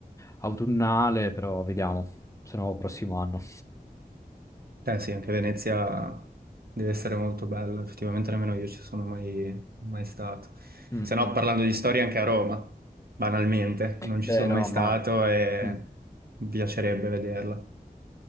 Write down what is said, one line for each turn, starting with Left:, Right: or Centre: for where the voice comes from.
Left: autunnale, però vediamo, se no prossimo anno.
Right: Eh sì, anche Venezia deve essere molto bella, effettivamente nemmeno io ci sono mai, mai stato.
Left: Mm,
Right: Se
Left: mm.
Right: no, parlando di storia, anche a Roma, banalmente, non ci
Left: Beh,
Right: sono
Left: Roma.
Right: mai stato e
Left: mm.
Right: mi piacerebbe vederla.